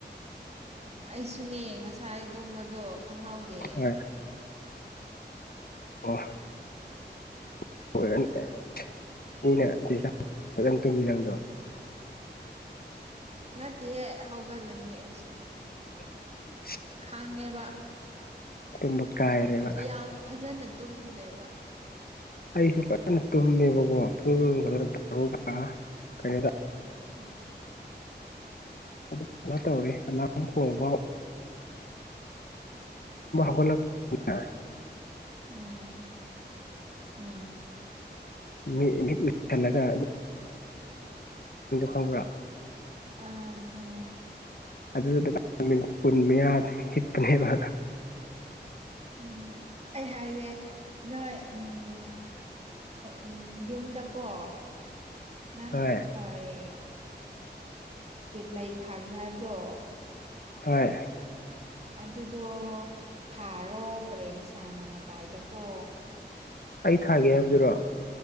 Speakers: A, on the right; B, on the left.
A: ꯎ ꯑꯩꯁꯨꯅꯦ ꯉꯁꯥꯏ ꯇꯨꯝꯕꯗꯣ ꯈꯪꯍꯥꯎꯗꯦ
B: ꯍꯣꯏ ꯑꯣ
A: ꯎꯝ
B: ꯑꯣꯏꯔꯅꯦ ꯑꯩꯅ ꯗꯤꯖ ꯐꯝ ꯇꯨꯝꯃꯤ ꯅꯪꯗꯣ
A: ꯅꯠꯇꯦꯍꯦ ꯍꯧꯒꯜꯂꯅꯤ ꯑꯩꯁꯨ
B: ꯎꯝ
A: ꯈꯥꯡꯉꯦꯕ
B: ꯇꯨꯝꯕ ꯀꯥꯏꯔꯦꯕ
A: ꯌꯥꯝ ꯐꯖꯅ ꯇꯨꯝꯗ꯭ꯔꯦꯕ
B: ꯑꯩꯁꯨ ꯐꯖꯅ ꯇꯨꯝꯃꯦꯕꯀꯣ ꯄꯨꯡ ꯈ ꯀꯩꯅꯣ
A: ꯎꯝ
B: ꯑꯗꯨ
A: ꯎꯝ
B: ꯇꯧꯔꯤ ꯑꯂꯥꯔꯝ ꯍꯣꯡꯕꯥꯎ ꯒꯣꯂ ꯑ
A: ꯎꯝ ꯎꯝ
B: ꯃꯤꯠ ꯂꯁꯜꯂꯒ ꯈꯪꯕ꯭ꯔꯥ
A: ꯑꯪ ꯈꯪꯉꯦ
B: ꯑꯗꯨꯗꯨꯗ ꯃꯤꯅꯤꯠ ꯀꯨꯟ ꯃꯌꯥ ꯍꯤꯠꯄꯅꯦꯕ
A: ꯎꯝ ꯑꯩ ꯍꯥꯏꯦ ꯅꯣꯏ ꯎꯝ ꯎꯝ ꯌꯨꯝꯗꯀꯣ ꯅꯪ
B: ꯍꯣꯏ
A: ꯑꯦ ꯂꯩ ꯊꯥꯒꯦ ꯍꯥꯏꯕꯗꯣ
B: ꯍꯣꯏ
A: ꯑꯗꯨꯗꯣ ꯊꯥꯔꯣ ꯄꯔꯦꯡꯁꯥꯅ ꯃꯇꯥꯏꯗꯀꯣ
B: ꯑꯩ ꯊꯥꯒꯦ ꯍꯥꯏꯕꯗꯨꯔꯣ